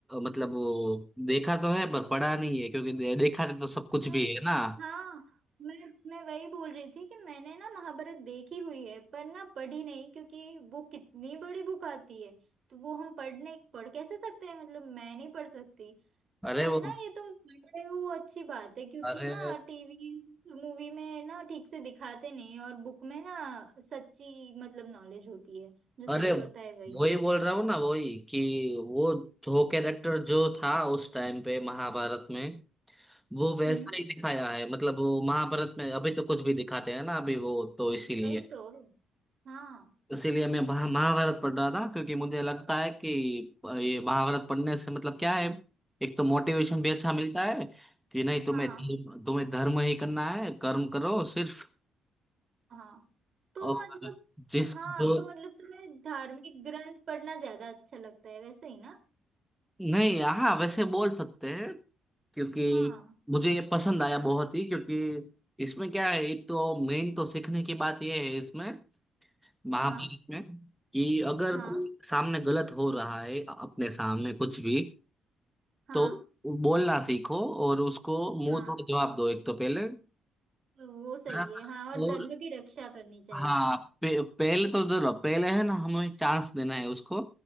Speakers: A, in the centre; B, on the right (about 55°).
A: मतलब वो देखा तो है पर पढ़ा नहीं है क्योंकि दे, देखा तो सब कुछ
B: मैं
A: भी है ना
B: हाँ मैं मैं वही बोल रही थी कि मैंने ना महाभारत देखी हुई है पर ना पढ़ी नहीं क्योंकि वो कितनी बड़ी बुक आती है तो वो हम पढ़ने पढ़ कैसे सकते हैं मतलब मैं नहीं पढ़ सकती
A: अरे
B: पर
A: वो
B: ना ये तुम पढ़ रहे हो वो अच्छी बात है क्योंकि
A: अरे
B: ना टीवी मूवी में ना ठीक से दिखाते नहीं और बुक में ना सच्ची मतलब नॉलेज होती है जो सही
A: अरे वही
B: होता है वही
A: बोल रहा हूँ ना वही कि वो जो कैरेक्टर जो था उस टाइम पे महाभारत में वो वैसा
B: हम्म
A: ही दिखाया है मतलब वो महाभारत में अभी तो कुछ भी दिखाते हैं ना अभी वो तो इसीलिए
B: वही तो हाँ
A: इसीलिए मैं महा- महाभारत पढ़ रहा था क्योंकि मुझे लगता है कि ये महाभारत पढ़ने से मतलब क्या है एक तो मोटिवेशन भी अच्छा मिलता है कि नहीं तुम्हें
B: हाँ
A: धर्म- तुम्हें धर्म ही करना है कर्म करो सिर्फ
B: हाँ तो
A: और
B: मतलब
A: जिस
B: हाँ
A: जो
B: तो मतलब तुम्हें धार्मिक ग्रंथ पढ़ना ज्यादा अच्छा लगता है वैसे ही ना
A: नहीं हाँ वैसे बोल सकते हैं क्योंकि
B: हाँ
A: मुझे ये पसंद आया बहुत ही क्योंकि इसमें क्या है एक तो मेन तो सीखने की बात यह है इसमें महाभारत
B: हाँ
A: में कि अगर
B: हाँ
A: कोई सामने गलत हो रहा है अपने सामने कुछ भी
B: हाँ
A: तो बोलना सीखो और उसको मुंह
B: हाँ
A: तोड़ जवाब दो एक तो पहले
B: तो वो सही
A: हाँ,
B: है हाँ और
A: और
B: धर्म की रक्षा करनी चाहिए
A: हाँ पे, पहले तो जरूर पहले है ना हमें चांस देना है उसको